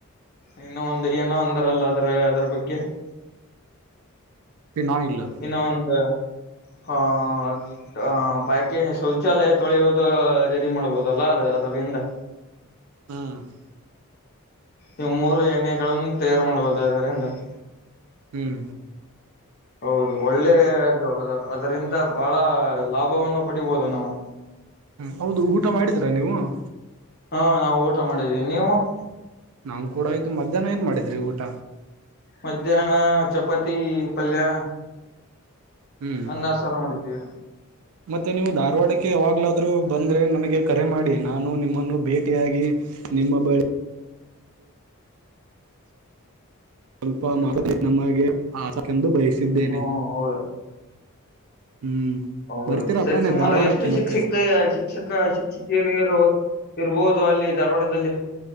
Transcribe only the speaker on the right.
Pen oil. <inaudible>
ಹೂ <inaudible>
ಹೂ <inaudible>
ಹೂ ಹೌದು ಊಟ ಮಾಡಿದ್ರಾ ನೀವು? <inaudible>
ನಮ್ ಕೂಡ ಆಯ್ತು ಮಧ್ಯಾಹ್ನ ಏನ್ ಮಾಡಿದ್ರಿ ಊಟ.
ಹ್ಮ್
ಮತ್ತೆ ನೀವು ಧಾರವಾಡಕ್ಕೆ ಅವಾಗ್ಲಾದ್ರೂ ಬಂದರೆ ನನಗೆ ಕರೆ ಮಾಡಿ ನಾನು ನಿಮ್ಮನ್ನು ಭೇಟಿಯಾಗಿ ನಿಮ್ಮ ಬಳಿ ಸ್ವಲ್ಪ ಮಾ ನಮಗೆ ಆಸಕಂದು ಬಯಸಿದ್ದೇನೆ.
ಹ್ಮ್
ಬರ್ತೀರಾ
ತಾನೆ
ಧಾರವಾಡಕ್ಕೆ
ಮತ್ತೆ